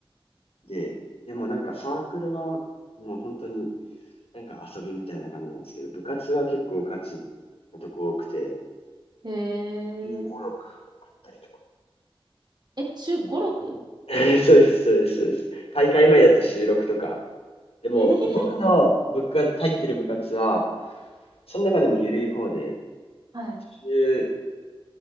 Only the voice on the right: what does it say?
へえ。
え、週5、6?
えー
はい。